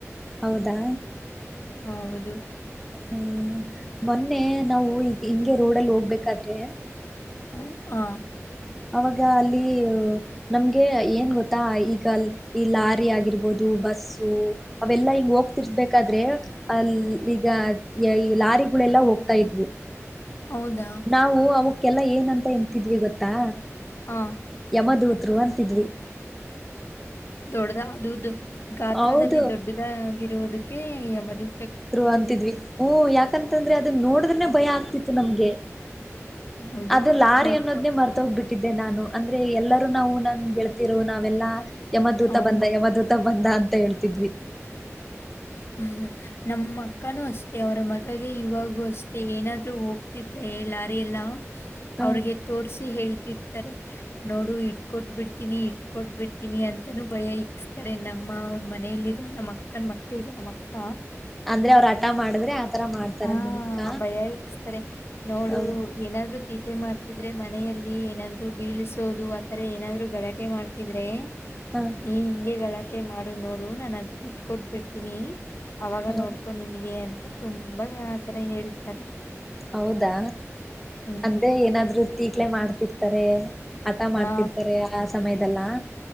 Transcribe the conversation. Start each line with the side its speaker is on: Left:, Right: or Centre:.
Centre: ಹೌದಾ
Left: ಹೌದು.
Centre: ಹ್ಮ್ ಮೊನ್ನೆ ನಾವು ಈಗ ಹಿಂಗೆ ರೋಡಲ್ಲಿ ಹೋಗ್ಬೇಕಾದ್ರೆ
Left: ಹಾ
Centre: ಅವಾಗ ಅಲ್ಲಿ ನಮ್ಗೆ ಏನ್ ಗೊತ್ತಾ ಈಗ ಈ ಲಾರಿ ಆಗಿರ್ಬೋದು, ಬಸ್ಸು ಅವೆಲ್ಲಾ ಹಿಂಗ ಹೋಗ್ತಿರ್ಬೇಕಾದ್ರೆ ಅಲ್ಲಿ ಈಗ ಈ ಲಾರಿಗಳೆಲ್ಲಾ ಹೋಗ್ತಾ ಇದ್ವು.
Left: ಹೌದಾ
Centre: ನಾವು ಅವ ಎಲ್ಲಾ ಏನಂತ ಎಂತಿದ್ವಿ ಗೊತ್ತಾ
Left: ಹಾ
Centre: ಮದ್ ಹತ್ರು ಅಂತಿದ್ವಿ.
Left: ದೊಡ್ಡದ ಅದುದು ಗಾತ್ರದಲ್ಲಿ
Centre: ಹೌದು
Left: ದೊಡ್ಡದ ಆಗಿರುವುದ ಕೆಗೆ ಮದು
Centre: ಅಂತಿದ್ವಿ ಹೂ ಯಾಕಂತಂದ್ರೆ ಅದನ್ನ ನೋಡಿದ್ರೆ ಭಯ ಆಗ್ತ ನಮ್ಗೆ
Left: ಹೌದು
Centre: ಅದು ಲಾರಿ
Left: ನಮ್
Centre: ಅನ್ನೋದನೇ ಮಾರ್ತೋಗ್ಬಿಟ್ಟು ಕೊಟ್ಟಿದ್ದೆ ನಾನು ಅಂದ್ರೆ ಎಲ್ಲರೂ ನಾವು ನನ್ ಗೆಳತಿಯರು ನಾವೆಲ್ಲಾ ಯಮದೂತ
Left: ಹೌದು
Centre: ಬಂದ ಯಮದೂತ ಬಂದ ಅಂತ ಹೇಳ್ತಿದ್ವಿ
Left: ಹಾ ನಮ್ಮ ಅಕ್ಕನೂ ಅಷ್ಟ ಮತ್ತೆ ಅವರ ಮಗೆ ಇವಾಗೂ ಅಷ್ಟೇ ಏನಾದ್ರೂ ಹೋಗ್ತಿದ್ರೆ ಲಾರಿ ಎಲ್ಲ
Centre: ಹ
Left: ಅವ್ರಿಗೆ ತೋರ್ಸಿ ಹೇಳ್ತಿರ್ ನೋಡು ಇಟ್ಕೊಟ್ ಬಿಡ್ತೀನಿ ಇಟ್ಕೊಟ್ ಬಿಡ್ತೀನಿ ಅಂತನೂ ಭಯ ಇಕ್ಸ್ತಾರೆ ನಮ್ಮ ಮನಲಿರೋ ನಮ್ಮ್ ಅಕ್ಕನ್ ಮಕ್ಕ ನಮ್ಮ ಅಕ್ಕ
Centre: ಅಂದ್ರೆ ಅವ್ರು ಮಾಡಿದ್ರೆ ಆತರ ಮಾಡ್ತಾರ
Left: ಹಾ
Centre: ನಿಮಕ್ಕ
Left: ಭಯ ಇಕ್ಸ್ತಾರೆ ನೋಡು
Centre: ಹೌದು
Left: ಏನಾದ್ರು ತೀಟೆ ಮಾಡ್ತಿದ್ರೆ ಮನೆಯಲ್ಲಿ ಏನಾದ್ರು ಬೀಳ್ಸೋದು ಆತರ ಏನಾದ್ರು ಗಲಾಟೆ ಮಾಡ್ತಿದ್ರೆ
Centre: ಹ
Left: ನೀನ್ ಹಿಂಗೆ ಗಲಾಟೆ ಮತ್ತೆ ಮಾಡು ನೋಡು ನಾನು ಅದ್ ಇಟ್ಕೊಡ್ಬಿಡ್ತೀನಿ ಬಿಡ್ತೀನಿ ಅವಾಗ
Centre: ಹ
Left: ನೋಡ್ಕೊ ನಿನ್ಗೆ ಅಂತ <unintelligible> ಇವಾಗ್ ಆತರ ಹೇಳ್ತಾರೆ
Centre: ಹೌದಾ
Left: ಹ್ಮ್
Centre: ಅಂದ್ರೆ ಏನಾದ್ರು ತೀಟ್ಲೆ ಮಾಡ್ತಿರ್ <unintelligible> ಆಟ ಮಾಡ್ತಿರ್ತಾರೆ
Left: ಹಾ
Centre: ಆ ಸಮಯದ <unintelligible>